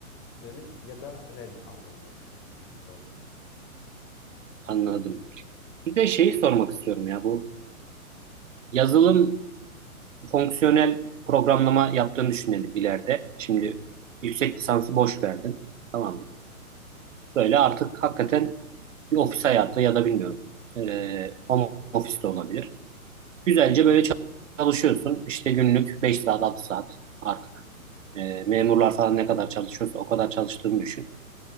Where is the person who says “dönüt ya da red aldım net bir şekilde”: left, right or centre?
Left